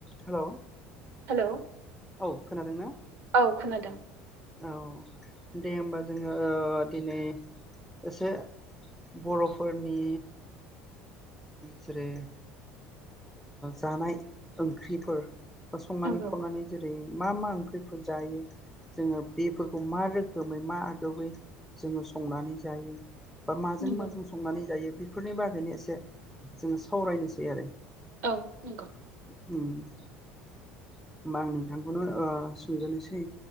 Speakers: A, in the centre; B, on the right.
A: हेलौ
B: हेलौ
A: औ खोनादों ना
B: औ खोनादों
A: औ दे होमबा जोङो दिनै एसे बर'फोरनि जेरै जानाय ओंख्रिफोर बा संनानै
B: नंगौ
A: खावनानै जेरै मा मा ओंख्रिफोर जायो जोङो बेफोरखौ मा रोखोमै मा आदबै जोङो संनानै जायो बा माजों
B: नंगौ
A: माजों संनानै जायो बेफोरनि बागैनो एसे जोङो सावरायनोसै आरो
B: औ नंगौ
A: होमबा आं नोंथांखौनो ओ सोंजोसै